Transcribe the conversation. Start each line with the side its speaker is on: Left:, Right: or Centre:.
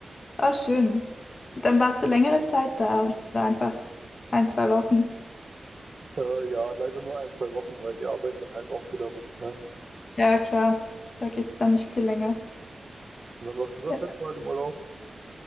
Left: oh, schön. Dann warst du längere Zeit da oder einfach ein, zwei Wochen?
Right: Äh, ja, leider nur ein, zwei Wochen, weil die Arbeit dann halt auch wieder ruft, ne?
Left: Ja, klar, da geht's dann nicht viel länger.
Right: Und wann warst du das
Left: Ja.
Right: letzte Mal im Urlaub?